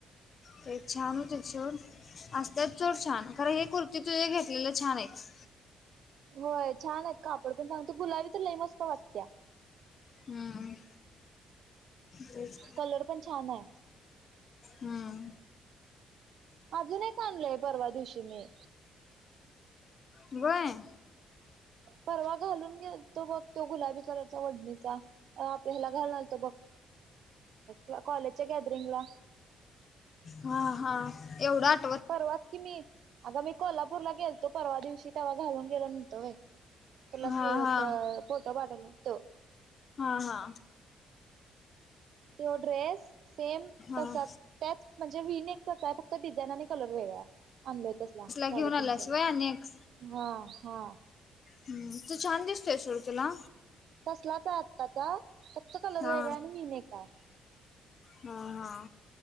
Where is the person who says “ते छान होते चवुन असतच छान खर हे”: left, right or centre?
Left